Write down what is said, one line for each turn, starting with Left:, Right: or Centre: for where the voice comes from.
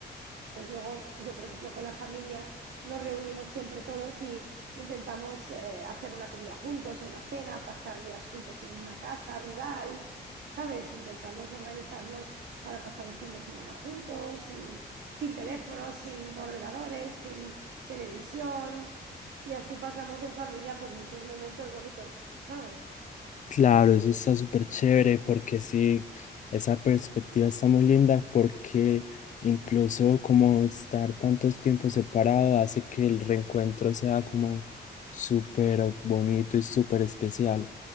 Right: Entonces luego yo, por ejemplo, con la familia nos reunimos siempre todos y intentamos eh, hacer una comida juntos o una cena, pasar días juntos en una casa rural, ¿sabes? Intentamos organizarnos para pasar un fin de semana juntos y sin teléfonos, sin ordenadores, sin televisión y así pasamos en familia pues muchos momentos bonitos, ¿sabes?
Left: Claro, eso está súper chévere porque sí, esa perspectiva está muy linda porque incluso como estar tantos tiempos separado hace que el reencuentro sea como súper bonito y súper especial.